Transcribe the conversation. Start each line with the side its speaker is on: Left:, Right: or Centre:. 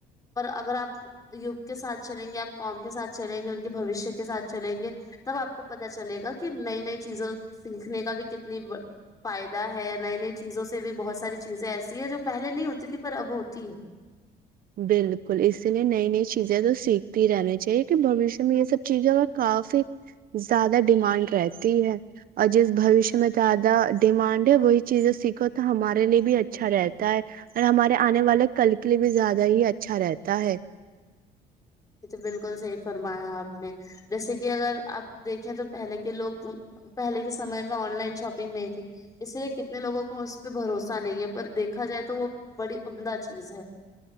Left: اور اگر آپ یگ کے ساتھ چلیں گے آپ کام کے ساتھ چلیں گے ان کے بوشیہ کے ساتھ چلیں گے تب آپ کو پتہ چلے گا کہ نئی نئی چیزوں سیکھنے کا بھی کتنی فائدہ ہے یا نئی نئی چیزوں سے بھی بہت ساری چیزیں ایسی ہے جو پہلے نہیں ہوتی تھی پر اب ہو ت ہے <inaudible>
Right: بالکل اسی لیے نئی نئی چیزیں تو سیکھتی رہنی چاہیے کہ بوشیہ میں یہ سب چیزوں کا کافی زیادہ ڈیمانڈ رہتی ہے اور جس بوشیہ میں زیادہ ڈیمانڈ ہے وہی چیزیں سیکھو تو ہمارے لیے بھی اچھا رہتا ہے اور ہمارے آنے والے کل کے لیے بھی زیادہ ہی اچھا رہتا ہے
Left: یہ تو بالکل صحیح فرمایا آپ نے جیسے کہ اگر آپ دیکھیں تو پہلے کے لوگ پہلے کے سمے میں آن لائن شاپنگ نہیں تھی اسی لیے کتنے لوگوں کو اس پہ بھروسہ نہیں ہے پر دیکھا جائے تو وہ بڑی عمدہ چیز ہے